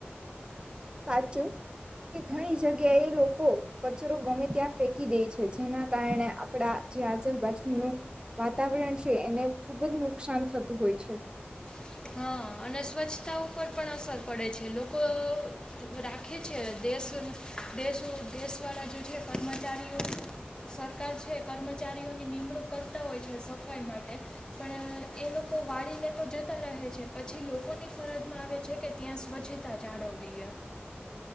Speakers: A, on the right; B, on the left.
A: સાચું કે ઘણી જગ્યાએ લોકો કચરો ગમે ત્યાં ફેંકી દે છે, જેના કારણે આપણા જે આજુબાજુનું વાતાવરણ છે એને ખૂબ જ નુકસાન થતું હોય છે.
B: હા, અને સ્વચ્છતા ઉપર પણ અસર પડે છે. લોકો રાખે છે, દેશ દેશ દેશવાળા જે છે કર્મચારીઓ, સરકાર છે કર્મચારીઓની નિમણૂક કરતા હોય છે સફાઈ માટે, પણ એ લોકો વાળ લે તો જ રહે છે પછી લોકોની ફરજમાં આવે છે કે ત્યાં સ્વચ્છતા જાળવવીએ